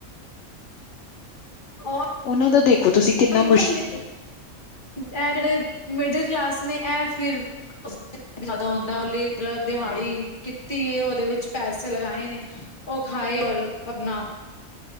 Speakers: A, on the left; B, on the left.
A: <unintelligible>
B: ਓਹਨਾਂ ਦਾ ਦੇਖੋ ਤੁਸੀਂ
A: ਉਹੀ
B: ਕਿੰਨਾ
A: ਨਾ
B: ਮੁਸ਼ਕਿਲ
A: ਜਿਵੇਂ
B: ਏ
A: ਇਹ ਜਿਹੜੇ ਮਿਡਲ ਕਲਾਸ ਨੇ ਇਹ ਫਿਰ <unintelligible> ਜ਼ਿਆਦਾ ਹੁੰਦਾ <unintelligible> ਦਿਹਾੜੀ
B: ਹਾਂਜੀ।
A: ਧੀਏ ਉਹਦੇ ਵਿੱਚ ਪੈਸੇ ਲਗਾਏ ਨੇ ਉਹ ਖਾਏ ਔਰ ਆਪਨਾ